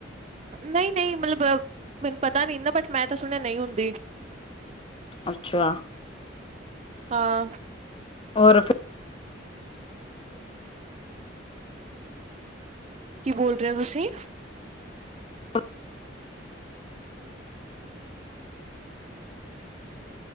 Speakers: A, on the right; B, on the left.
A: ਨਹੀਂ -ਨਹੀਂ, ਮਤਲਬ ਮੈਨੂੰ ਪਤਾ ਨੀ ਨਾ ਬਟ ਮੈਂ ਤਾਂ ਸੁਣਿਆ ਨਹੀਂ ਹੁੰਦੀ।
B: ਅੱਛਾ,
A: ਹਾਂ
B: ਹੋਰ
A: ਕਿ ਬੋਲ ਰਹੇ ਹੋ ਤੁਸੀਂ?
B: <unintelligible>